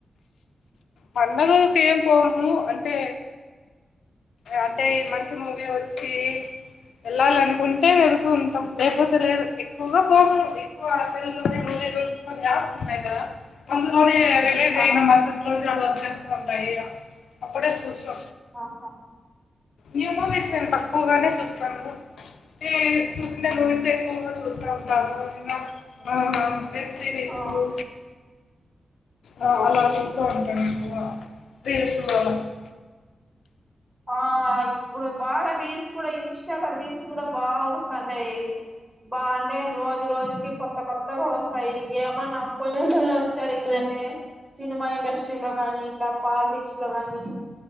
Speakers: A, on the left (about 85°); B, on the right (about 25°).
A: పండగ అయితే ఏం పోము అంటే అంటే మంచి మూవీ వచ్చి వెళ్ళాలి అనుకుంటే వెళుతు ఉంటాం లేకపోతే లేదు ఎక్కువగా పోవం ఎక్కువ ఆ సెల్ లోనే మూవీ రూల్స్ కొన్ని యాప్స్ ఉంటాయి కదా అందులోనే రిలీజ్
B: ఆహా
A: అయిన మస్ రోజ్ అలా వచ్చేస్ ఉంటాయి ఇగా అప్పుడే చూసా
B: ఆహా
A: న్యూ మూవీస్ నేను తక్కువగానే చూస్తాను అయితే చూసిండే మూవీస్ ఎక్కువగా చూస్తా ఉంటాను అయినా అహ వెబ్ సిరీస్
B: ఆ
A: సు ఆ అలా చూస్త్ ఉంటాను ఎక్కువగా రీల్స్ <inaudible>
B: ఆ ఇప్పుడు బాగా రీల్స్ కూడా ఇంస్టాలో రీల్స్ కూడా బాగా వస్తాంటయి బా అంటే రోజు రోజుకి కొత్త కొత్త కొత్తగా వస్తాయి ఏమన్నా కొంచెం జరిగిందంటే సినిమా ఇండస్ట్రీలోగాని ఇట్లా పాలిటిక్స్ లో గాని